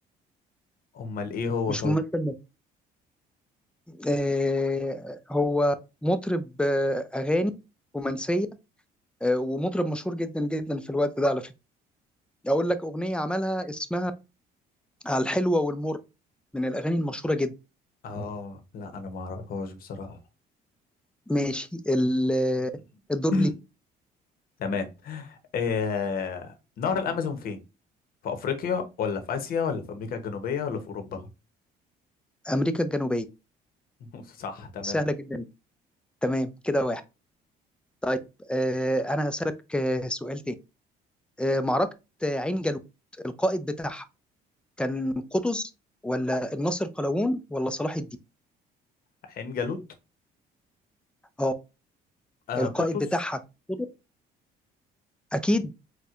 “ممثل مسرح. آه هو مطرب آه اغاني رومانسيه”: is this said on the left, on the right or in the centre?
Centre